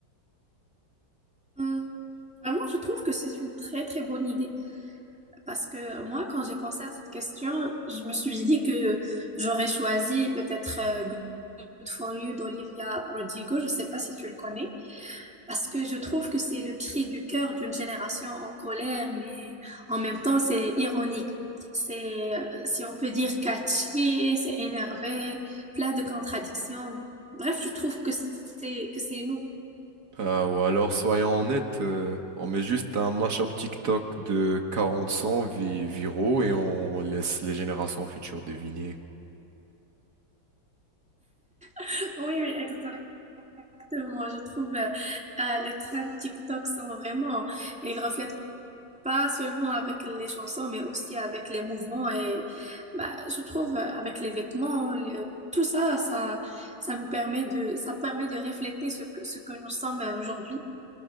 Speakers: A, in the centre; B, on the right.
A: Hmm, Vraiment, je trouve que c'est une très très bonne idée. Parce que moi, quand j'ai pensé à cette question, je me suis dit que j'aurais choisi peut-être euh, Good for You d'Olivia Rodrigo. Je ne sais pas si tu le connais. Parce que je trouve que c'est le cri du cœur d'une génération en colère, mais en même temps, c'est ironique. C'est, euh, si on peut dire, catchy, c'est énervé, plein de contradictions. Bref, je trouve que c'est, que c'est nous.
B: Euh, ou alors, soyons honnêtes, euh, on met juste un mashup TikTok de 40 sons vi- viraux et on laisse les générations futures deviner.
A: <laughs> Oui, oui, exactement. Je trouve euh, euh, les trends TikTok sont vraiment, ils reflètent pas seulement avec les chansons, mais aussi avec les mouvements et bah, je trouve euh, avec les vêtements, le- tout ça, ça, ça nous permet de, ça permet de refléter ce que, ce que nous sommes euh, aujourd'hui.